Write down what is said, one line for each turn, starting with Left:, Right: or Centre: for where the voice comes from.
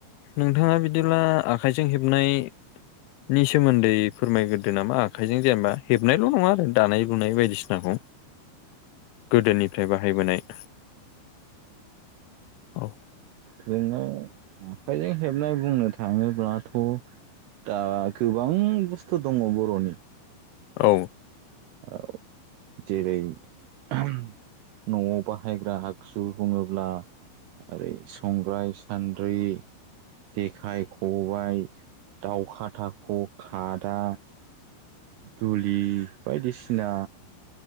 Left: नोंथाङा बिदिब्ला आखाइजों हेबनाय नि सोमोन्दै फोरमायग्रोदो नामा। आखाइजों जेनेबा हेबनायल' नङा आरो दानाय लुनाय बायदिसिनाखौ गोदोनिफ्राय बाहायबोनाय औ।
Right: नोंनाव आखाइजों हेबनाय बुंनो थाङोब्लाथ' दा गोबां बुस्थु दङ बर'नि।
Left: औ।
Right: औ जेरै न'आव बाहायग्रा आ गजु बुङोब्ला ओरै संग्राय, सान्द्रि,। जेखाइ, खबाय, दाउ खाथाख', खादा दुलि बायदिसिना